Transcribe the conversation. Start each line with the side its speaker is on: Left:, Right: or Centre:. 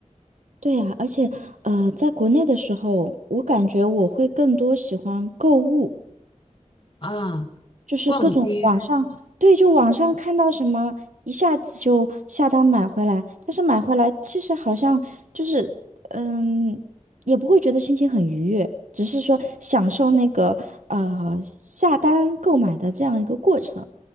Right: 对呀，而且呃，在国内的时候，我感觉我会更多喜欢购物，
Left: 啊。
Right: 就是各种网上，
Left: 逛街，
Right: 对，就网上看到什么，一下子就下单买回来，但是买回来其实好像就是，嗯，也不会觉得心情很愉悦，只是说享受那个呃下单购买的这样一个过程。